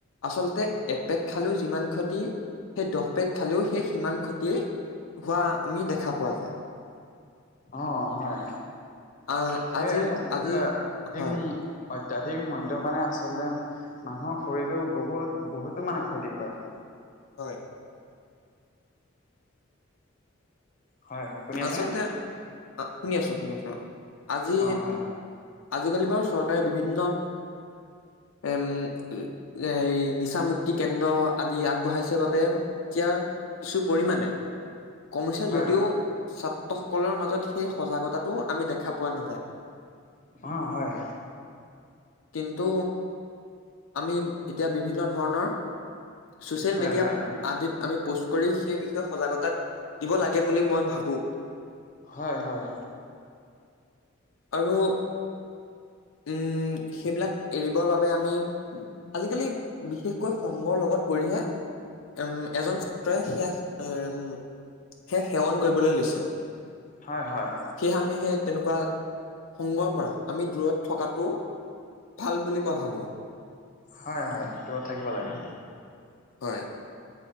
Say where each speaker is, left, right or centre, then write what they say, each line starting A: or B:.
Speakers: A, on the left; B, on the left.
A: আচলতে একপেক খালেও যিমান ক্ষতি সেই দহ পেক খালেও সেই সিমান ক্ষতিয়ে হয়। হোৱা আমি দেখা পোৱা যায়।
B: অ', হয়,
A: আহ
B: সেয়াই
A: আজি আজি হয়
B: <unintelligible> অত্যাধিক মদ্যপানে আচলতে মানুহৰ শৰীৰটো বহুত- বহুতো মানে ক্ষতি কৰে।
A: হয়।
B: হয়। শুনি আছেনে?
A: আচলতে অ', শুনি- আছো শুনি আছো আজি
B: অ হয়
A: আজিকালি বাৰু চৰকাৰে বিভিন্ন উম, এ নিচা মুক্তি কেন্দ্ৰ আদি আগবঢ়াইছে বাবে এতিয়া কিছু পৰিাণে কমিছে
B: হয়
A: যদিও
B: হয়
A: ছাত্ৰ সকলৰ মাজত সেই সজাগতাটো আমি দেখা পোৱা নাযায়।
B: অ', হয়।
A: কিন্তু আমি এতিয়া বিভিন্ন ধৰণৰ ছচিয়েল
B: হয়
A: মিডিয়া
B: হয়।
A: আদিত আমি পোষ্ট কৰি সেই বিষয়ে সজাগতা দিব লাগে বুলি মই ভাবো।
B: হয়, হয়।
A: আৰু উম, সেইবিলাক এৰিবৰ বাবে আমি। আজিকালি বিশেষকৈ সংগৰ লগত পৰিহে। উম, এজন ছাত্ৰই সেয়া- সেয়া সেৱন কৰিবলৈ লৈছে। <inaudible>
B: হয়, - হয়।
A: সেয়েহে আমি সেই তেনেকুৱা সংগৰ পৰা আমি দূৰত থকাটো ভাল বুলি মই ভাবো।
B: হয়, হয়, দূৰত থাকিব লাগে।
A: হয়।